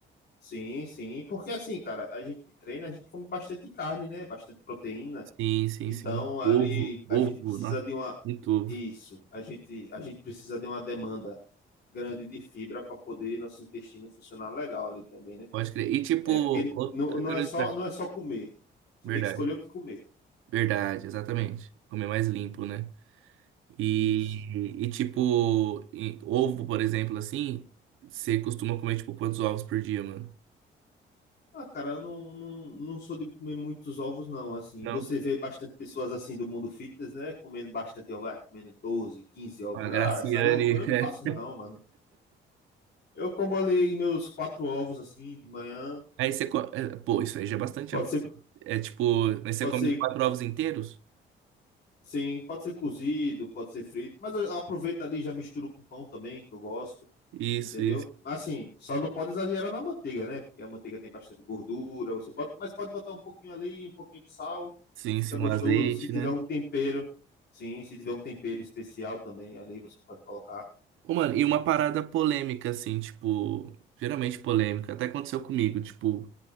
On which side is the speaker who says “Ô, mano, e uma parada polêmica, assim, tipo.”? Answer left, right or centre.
Right